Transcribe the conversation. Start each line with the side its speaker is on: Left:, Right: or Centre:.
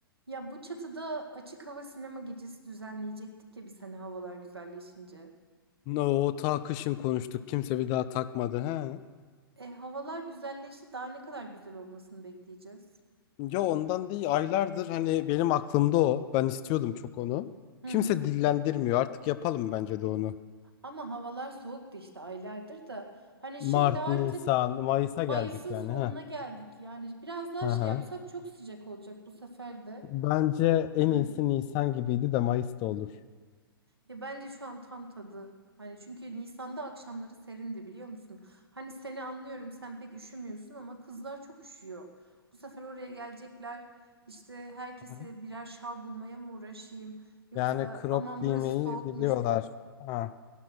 Right: Ya bu çatıda açık hava sinema gecesi düzenleyecektik ya biz hani havalar güzelleşince.
Left: No, o ta kışın konuştuk. Kimse bir daha takmadı. He.
Right: E havalar güzelleşti daha ne kadar güzel olmasını bekleyeceğiz.
Left: Ya ondan değil. Aylardır hani benim aklımda o. Ben istiyordum çok onu.
Right: Hı
Left: Kimse
Right: hı.
Left: dillendirmiyor. Artık yapalım bence de onu.
Right: Ama havalar soğuktu işte aylardır da. Hani
Left: Mart,
Right: şimdi artık
Left: Nisan, Mayıs'a
Right: Mayıs'ın
Left: geldik yani.
Right: sonuna
Left: Ha.
Right: geldik yani biraz daha
Left: Aha.
Right: şey yapsak çok sıcak olacak bu sefer de.
Left: Bence en iyisi
Right: <clears throat>
Left: Nisan gibiydi de Mayıs da olur.
Right: Ya bence şu an tam tadı. Hani çünkü Nisan'da akşamları serindi biliyor musun? Hani seni anlıyorum sen pek üşümüyorsun ama kızlar çok üşüyor. Bu sefer oraya gelecekler. İşte herkese
Left: Hı
Right: birer şal bulmaya mı uğraşayım? Yoksa
Left: Yani crop
Right: aman
Left: giymeyi
Right: burası soğukmuş
Left: biliyorlar.
Right: deyip
Left: Ha.